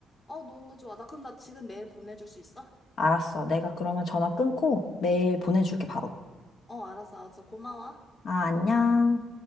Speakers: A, on the left; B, on the left.
A: 어, 너무 좋아. 나 그럼 나 지금 메일 보내줄 수 있어?
B: 알았어. 내가 그러면 전화 끊고 메일 보내줄게, 바로.
A: 어, 알았어, 알았어. 고마워.
B: 아, 안녕.